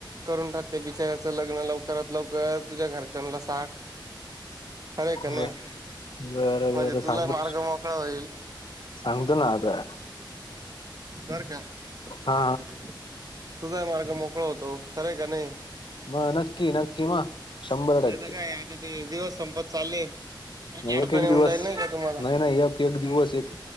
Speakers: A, on the right; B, on the left.
A: करून टाक ते बिचारऱ्याचं लग्न लवकरात लवकर तुझ्या घरच्यांला सांग खरंय
B: <unintelligible>
A: का नाही
B: बरं
A: म्हणजे
B: बर
A: तुला
B: सांग
A: मार्ग मोकळा होईल
B: सांगतो ना आता
A: बर का
B: हा
A: <inaudible> तुझाय मार्ग मोकळ होतो खरंय का नाही? <inaudible>
B: मग नक्की नक्की
A: नाही
B: मग शंभर टक्के
A: तर काय आता ते दिवस संपत चालले. परत
B: नाही
A: अडचण
B: एक एक
A: येऊन
B: दिवस
A: जाईल नाही का तुम्हाला
B: नाही-नाही एक एक दिवस एक